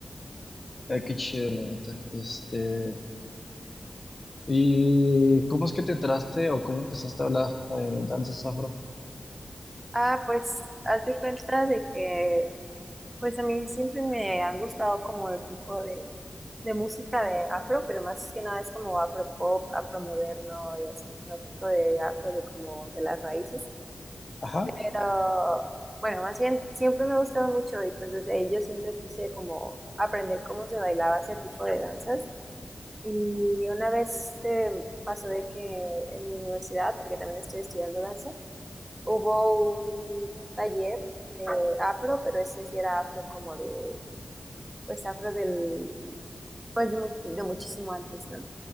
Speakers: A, on the left; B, on the right.
A: Ay, qué chido, neta. Este, ¿y cómo es que te traste o cómo empezaste a hablar eh, danzas afro?
B: Ah, pues haz de cuenta de que, pues a mí siempre me han gustado como el tipo de, de música de afro, pero más que nada es como afro pop, afro moderno y así, no tanto de afro de como de las raíces.
A: Ajá,
B: Pero bueno, más bien siempre me ha gustado mucho y pues desde ahí yo siempre quise como aprender cómo se bailaba ese tipo de danzas. Y una vez eh, pasó de que en mi universidad, porque también estoy estudiando danza, Hubo un taller de afro, pero ese sí era afro como de, pues afro del, pues de, mu- de muchísimo antes, ¿no?